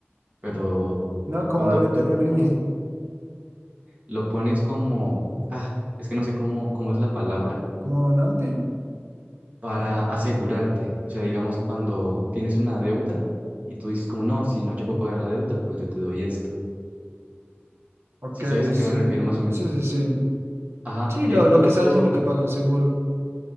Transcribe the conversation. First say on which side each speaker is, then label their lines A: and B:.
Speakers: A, on the right (about 35°); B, on the right (about 85°).
A: pero
B: No, como
A: cuando
B: a rentar
A: tú
B: un ring
A: lo pones como, ah, es que no sé cómo, cómo es la palabra,
B: como donante.
A: para asegurarte. O sea, digamos, cuando tienes una deuda y tú dices como, no, si no llego a pagar la deuda, pues yo te doy esto.
B: Ok,
A: ¿Sí sabes a qué
B: sí.
A: me refiero más o menos?
B: Sí, sí, sí.
A: Ajá,
B: Sí,
A: él
B: lo, lo
A: puso...
B: que está diciendo que pagó un seguro.